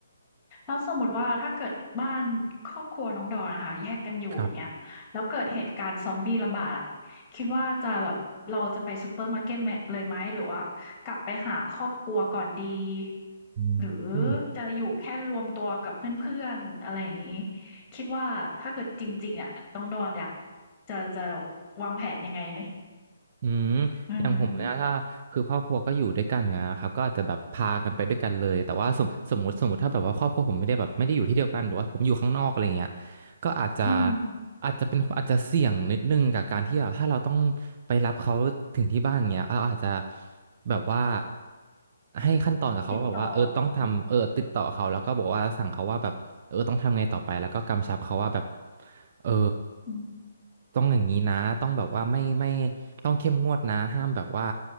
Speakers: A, on the left; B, on the right.
A: แล้วสมมุติว่าถ้าเกิดบ้านครอบครัวน้องดอนอะค่ะแยกกันอยู่อย่างเงี้ยแล้วเกิดเหตุการณ์ซอมบี้ระบาดอะคิดว่าจะแบบเราจะไปซูเปอร์มาร์เก็ตมเลยไหมหรือว่ากลับไปหาครอบครัวก่อนดี
B: ครับอืม
A: หรือจะอยู่แค่รวมตัวกับเพื่อนๆอะไรอย่างงี้คิดว่าถ้าเกิดจริงๆอะน้องดอนอยากจะจะวางแผนยังไงนี่
B: อืม
A: อืม
B: อย่างผมเนี่ยถ้าคือครอบครัวก็อยู่ด้วยกันอยู่แล้วนะครับก็อาจจะแบบพากันไปด้วยกันเลยแต่ว่าสมสมมติสมมติถ้าแบบว่าครอบครัวผมไม่ได้แบบไม่ได้อยู่ที่เดียวกันหรือว่าผมอยู่ข้างนอกอะไรเงี้ย ก็อาจจะ
A: อืม
B: อาจจะเป็นอาจจะเสี่ยงนิดนึงกับการที่แบบถ้าเราต้องไปรับเขาถึงที่บ้านเงี้ยเราอาจจะแบบว่าให้ขั้นตอนกับเขาว่าแบบว่าเออต้องทำเออติดต่อเขาแล้วก็บอกว่าสั่งเขาว่าแบบเออต้องทำไงต่อไปแล้วก็กำชับเขาว่าแบบ
A: ติดต่อกันเนาะ
B: เออ
A: อืม
B: ต้องอย่างนี้นะต้องแบบว่าไม่ไม่ต้องเข้มงวดนะห้ามแบบว่า